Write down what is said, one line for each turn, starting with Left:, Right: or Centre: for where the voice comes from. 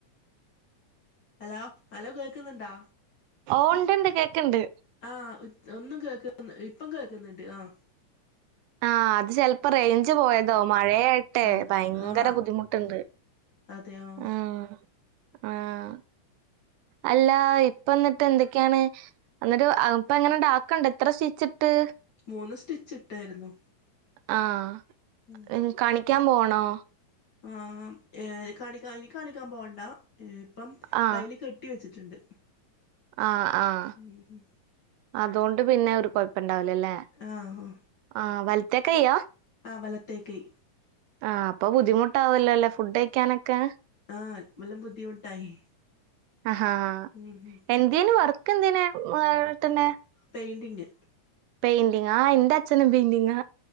Left: ഹലോ ഹലോ കേക്കുന്നുണ്ടോ
Right: ഓ ഉണ്ട്ണ്ട് കേക്കുണ്ട്
Left: ആഹ് ഒന്നും കേക്ക ഇപ്പം കേൾക്കുന്നുണ്ട് ആഹ്
Right: ആഹ് അത് ചെലപ്പോ റേഞ്ച് പോയതോ മഴയ ട്ടെ
Left: ആ
Right: ഭയങ്കര
Left: ആ
Right: ബുദ്ധിമുട്ടുണ്ട്
Left: അതെ ആ
Right: ആഹ് ആഹ് അല്ല ഇപ്പ എന്നിട്ട് എന്തൊ യാണ് എന്നിട്ട് ഇപ്പ എങ്ങനെണ്ടാക്കണ്ട് എത്ര സ്റ്റിച്ചിട്ട്
Left: മൂന്ന് സ്റ്റിച്ച് ഇട്ടായിരുന്നു
Right: ആഹ്
Left: ഉം
Right: ഉം കണിക്കാൻ പോവാണോ
Left: ആഹ് <unintelligible> എനി കാണിക്കാൻ പോകണ്ട ഇപ്പം
Right: ആഹ്
Left: കയ്യില് കെട്ടി വെച്ചിട്ടുണ്ട്
Right: ആഹ് ആഹ്
Left: <unintelligible>
Right: അതുകൊണ്ട് പിന്നെ ഒരു കുഴപ്പംഉണ്ടാവല അല്ലെ
Left: ആഹ്
Right: ആഹ് വലത്തേ കയ്യാ
Left: ആ വലത്തേ കയ്യ്‌
Right: ആഹ് അപ്പൊ ബുദ്ധിമുട്ടാവല്ലോ അല്ലേ ഫുഡ് കഴിക്കാനൊക്കെ
Left: ആഹ് വല്ലം ബുദ്ധിമുട്ടായി
Right: ആഹാ
Left: ഉം ഉം
Right: എന്ത്‌ നു.. വർക്ക്‌ന്തേനു ഏട്ടന്റെ
Left: പെയിന്റിങ്
Right: പെയിന്റിങാ എന്റച്ഛനും പൈന്റിങാ